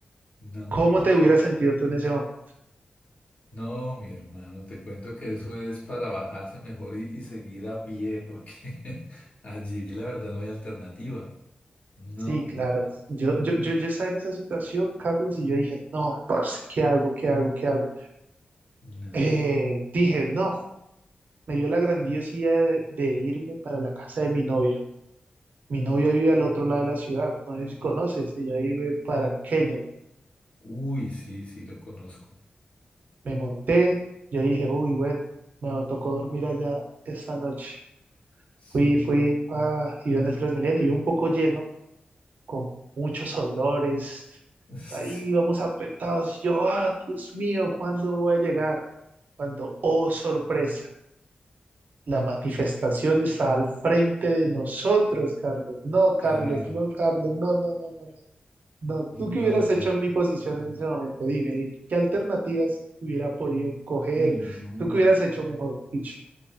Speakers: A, on the left; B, on the right.
A: no,
B: ¿cómo
A: mi hermano.
B: te hubiera sentido tú en ese momento?
A: No, mi hermano, te cuento que eso es para bajarse mejor y, y seguir a pie, porque <laughs> allí la verdad no hay alternativa. No,
B: Sí, claro,
A: mierda.
B: yo, yo, yo, yo estaba en esa situación, Carlos, y yo dije, no, parce, ¿qué hago? ¿Qué hago? ¿Qué hago?
A: No.
B: Eh, dije, no, me dio la grandiosidad de de irme para la casa de mi novia Mi novia vive al otro lado de la ciudad, no sé si conoces, ella vive para Kennedy.
A: Uy, sí, sí, lo conozco.
B: Me monté, yo dije, uy, bueno, me tocó dormir allá esta noche.
A: Sí.
B: Fui, fui, ah, iba en el Transmilenio, iba un poco lleno, con muchos olores,
A: <laughs> Sí.
B: ahí vamos apretados. y Yo, ah, Dios mío, ¿cuándo voy a llegar? Cuando, oh, sorpresa, la manifestación está al frente de nosotros, Carlos. No, Carlos,
A: Ah,
B: no, Carlos,
A: no.
B: no, no, no, no. no. No, ¿tú qué
A: No,
B: hubieras hecho en mi posición
A: mi hermano.
B: en ese momento? Dime, dime, ¿qué alternativas hubiera podido coger?
A: Uy, no.
B: ¿Tú qué hubieras
A: mi-
B: hecho mejor, dicho?